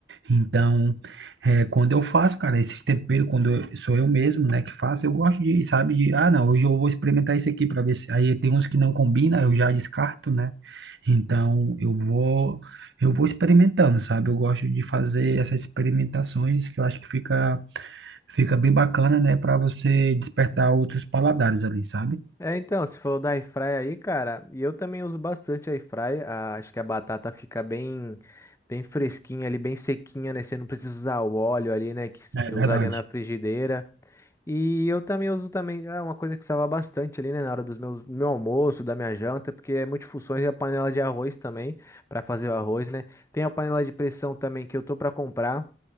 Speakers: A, on the right; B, on the left.
A: Então, é, quando eu faço, cara, esses temperos, quando eu- sou eu mesmo, né, que faço, eu gosto de, sabe, de, ah, não, hoje eu vou experimentar isso aqui para ver se. Aí tem uns que não combina, eu já descarto, né? Então, eu vou, eu vou experimentando, sabe? Eu gosto de fazer essas experimentações que eu acho que fica, fica bem bacana, né, para você despertar outros paladares ali, sabe?
B: É, então, se for da airfryer aí, cara, e eu também uso bastante a airfryer, a- acho que a batata fica bem bem fresquinha ali, bem sequinha, né, você não precisa usar o óleo ali, né, que você
A: É verdade.
B: usaria na frigideira. E eu também uso também, é uma coisa que salva bastante ali, né, na hora dos meus, do meu almoço, da minha janta, porque é multifunções e a panela de arroz também, para fazer o arroz, né. Tem a panela de pressão também que eu tô para comprar.